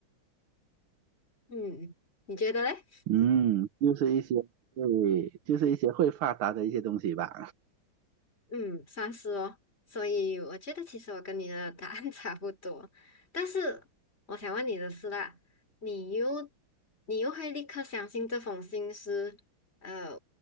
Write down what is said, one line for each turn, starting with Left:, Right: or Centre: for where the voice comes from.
Left: 嗯，你觉得嘞？
Right: 嗯，就是一些对，就是一些会发达的一些东西吧。
Left: 嗯，算是哦。所以我觉得其实我跟你的答案 <laughs> 差不多，但是我想问你的是啦，你又你又会立刻相信这封信是呃